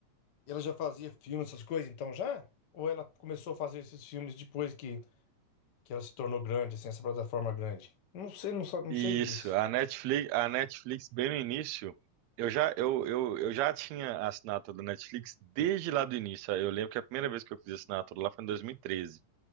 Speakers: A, on the left; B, on the right.
A: ela já fazia filmes, essas coisas, então já? Ou ela começou a fazer esses filmes depois que, que ela se tornou grande, assim, essa plataforma grande? Não sei, não, sa- não
B: Isso,
A: sei disso.
B: a Netflix, a Netflix bem no início, eu já, eu, eu, eu já tinha a assinatura da Netflix desde lá do início. Eu lembro que a primeira vez que eu fiz assinatura lá foi em 2013.